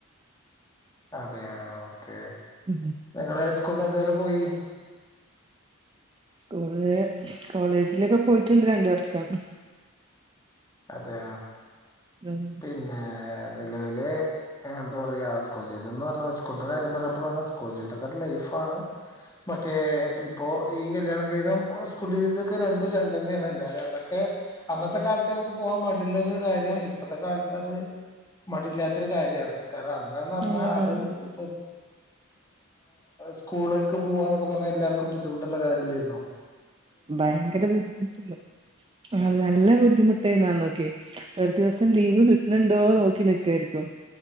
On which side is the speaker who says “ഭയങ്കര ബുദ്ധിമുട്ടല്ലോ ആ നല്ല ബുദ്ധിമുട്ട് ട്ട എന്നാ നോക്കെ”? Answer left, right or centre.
Right